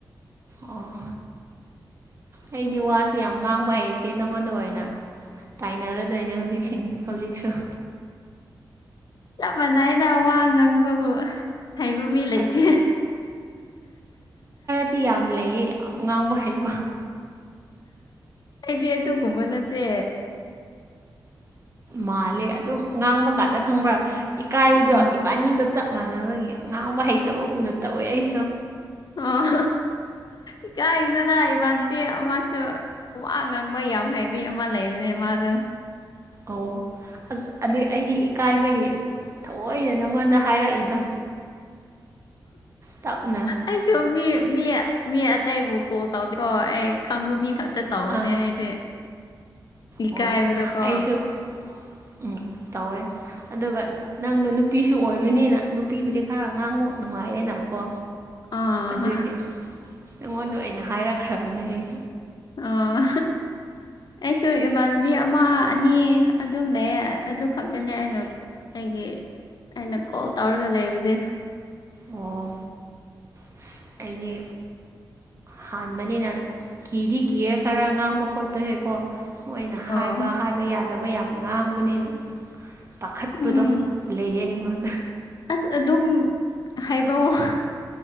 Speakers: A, on the right (about 35°); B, on the left (about 55°).
A: ꯑꯣ ꯑꯩꯗꯤ ꯋꯥꯁꯨ ꯌꯥꯝ ꯉꯥꯡꯕ ꯍꯩꯇꯦ ꯅꯪꯉꯣꯟꯗ ꯑꯣꯏꯅ ꯇꯥꯏꯅꯔꯗꯣꯏꯅꯦ ꯍꯧꯖꯤꯛꯁꯤꯡ ꯍꯧꯖꯤꯛꯁꯨ
B: ꯆꯞ ꯃꯥꯟꯅꯥꯏꯗ ꯋꯥ ꯉꯥꯡꯕꯕꯨ ꯍꯩꯕ ꯃꯤ ꯂꯩꯇꯦ
A: ꯑꯠ ꯇꯤ ꯌꯥꯝ ꯂꯩꯌꯦ ꯌꯥꯝ ꯉꯥꯡꯕ ꯍꯩꯕ
B: ꯑꯩꯗꯤ ꯑꯗꯨꯒꯨꯝꯕ ꯅꯠꯇꯦ
A: ꯃꯥꯜꯂꯦ ꯑꯗꯨꯝ ꯉꯥꯡꯕ ꯀꯥꯟꯗ ꯈꯪꯕ꯭ꯔꯥ ꯏꯀꯥꯏꯕꯗꯣ
B: ꯎꯝ
A: ꯏꯕꯥꯅꯤꯗ ꯆꯞ ꯃꯥꯟꯅꯕꯒꯤ ꯉꯥꯡꯕ ꯍꯩꯇꯕꯒꯨꯝꯅ ꯇꯧꯋꯦ ꯑꯩꯁꯨ
B: ꯑꯣ ꯏꯀꯥꯏꯖꯅ ꯏꯃꯥꯟꯅꯗꯤ ꯑꯃꯥꯁꯨ ꯋꯥ ꯉꯥꯡꯕꯤ ꯌꯥꯝ ꯍꯩꯕꯤ ꯑꯃ ꯂꯩꯕꯅꯦ ꯃꯥꯗꯣ
A: ꯑꯣ ꯑꯁ ꯑꯗꯨꯏ ꯑꯩꯗꯤ ꯏꯀꯥꯏꯕꯒꯤ ꯊꯑꯣꯏꯅ ꯅꯪꯉꯣꯟꯗ ꯍꯥꯏꯔꯛꯏꯗꯣ ꯇꯞꯅ
B: ꯑꯩꯁꯨ ꯃꯤ ꯃꯤ ꯃꯤ ꯑꯇꯩꯕꯨ ꯀꯣꯜ ꯇꯧꯗꯦ ꯀꯣ ꯑꯩ ꯈꯪꯕ ꯃꯤ ꯈꯛꯇ ꯇꯧꯕꯅꯦ
A: ꯑꯥ
B: ꯑꯩꯗꯤ ꯏꯀꯥꯏꯕꯗꯀꯣ
A: ꯍꯣꯏ ꯑꯩꯁꯨ ꯎꯝ ꯇꯧꯋꯦ ꯑꯗꯨꯒ ꯅꯪꯗꯣ ꯅꯨꯄꯤꯁꯨ ꯑꯣꯏꯕꯅꯤꯅ ꯅꯨꯄꯤꯕꯨꯗꯤ ꯈꯔ ꯉꯥꯡꯕ ꯅꯨꯡꯉꯥꯏꯑꯦꯅꯀꯣ
B: ꯑꯥ
A: ꯑꯗꯨꯒꯤ ꯅꯪꯉꯣꯟꯗ ꯑꯣꯏꯅ ꯍꯥꯏꯔꯛꯈ꯭ꯔꯕꯅꯦ ꯑꯩ
B: ꯑ ꯑꯩꯁꯨ ꯏꯃꯥꯟꯅꯕꯤ ꯑꯃ ꯑꯅꯤ ꯑꯗꯨꯝ ꯂꯩꯌꯦ ꯑꯗꯨ ꯈꯛꯇꯅꯦ ꯑꯩꯅ ꯑꯩꯒꯤ ꯑꯩꯅ ꯀꯣꯜ ꯇꯧꯔꯒ ꯂꯩꯕꯗꯤ
A: ꯑꯣ ꯑꯁ ꯑꯩꯗꯤ ꯍꯥꯟꯕꯅꯤꯅ ꯀꯤꯗꯤ ꯀꯤꯔꯦ ꯈꯔ ꯉꯥꯡꯕ ꯈꯣꯠꯄꯁꯦꯀꯣ ꯃꯣꯏꯅ
B: ꯑꯣ
A: ꯍꯥꯏꯕ ꯍꯥꯏꯕ ꯌꯥꯗꯕ ꯌꯥꯝ ꯉꯥꯡꯕꯅꯤꯅ ꯄꯥꯈꯠꯄꯗꯣ
B: ꯎꯝ
A: ꯂꯩꯌꯦ ꯑꯩꯉꯣꯟꯗ
B: ꯑꯁ ꯑꯗꯨꯝ ꯍꯥꯏꯕ ꯋꯥ